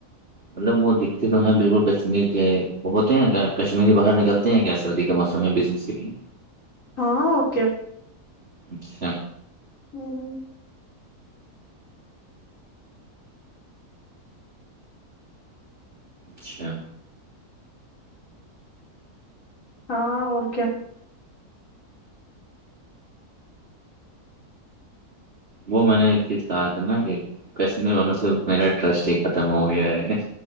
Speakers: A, on the right; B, on the left.
A: مطلب وہ دکھتے تو ہیں بالکل کشمیر کے ہوتے ہیں کشمیری باہر نکلتے ہیں کیا سر د موسم ہے بزنس کے لیے
B: ہاں اوکےکے
A: اچھا
B: ہوں
A: اچھا
B: ہاں اور کیا
A: وہ میں نے ایک چیز کہا تھا نا کہ کشمیر والوں سے میرا ٹرسٹ ہی ختم ہو گیا ہے